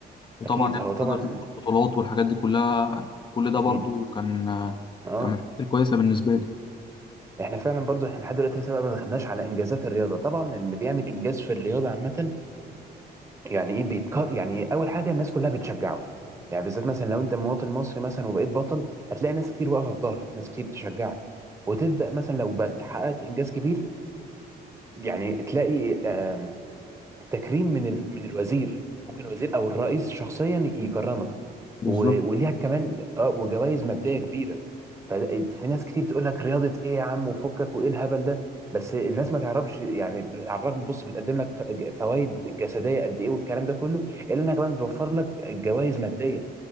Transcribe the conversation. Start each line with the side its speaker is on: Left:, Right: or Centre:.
Left: وطبعا
Right: اكيد
Left: يعني
Right: هو طبعا
Left: تقدر تدخل بطولات والحاجات دي كلها كل ده
Right: اكيد
Left: برضو كان
Right: اه
Left: كان من الحاجات الكويسة بالنسبة لي
Right: احنا فعلا برضو احنا لحد دلوقتي لسه بقى ما دخلناش على انجازات الرياضه طبعا اللي بيعمل انجاز في الرياضه عامه يعني ايه بيتكر يعني اول حاجه الناس كلها بتشجعه يعني بالذات مثلا لو انت مواطن مصري مثلا وبقيت بطل هتلاقي ناس كتير واقفه في ظهرك ناس كتير تشجعك وتبدا مثلا لو بقى- حققت انجاز كبير يعني تلاقي آم، تكريم من ال... من الوزير ممكن الوزير او الرئيس شخصيا يكرمك و...
Left: بالظبط
Right: وليها كمان اه وجوائز ماديه كبيره ففي ناس كتير تقول لك رياضه ايه يا عم وفكك وايه الهبل ده بس الناس ما تعرفش يعني ب- على الرغم بص بتقدم لك فوائد جسديه قد ايه والكلام ده كله الا انها كمان بتوفر لك جوائز ماديه